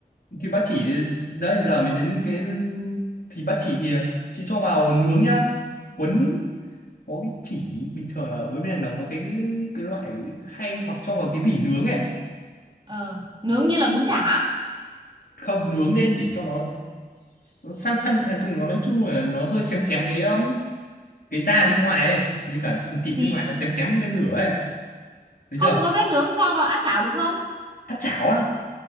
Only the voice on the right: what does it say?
ờ nướng như là bún chả
thì
không
có bếp nướng cho vào áp chảo được không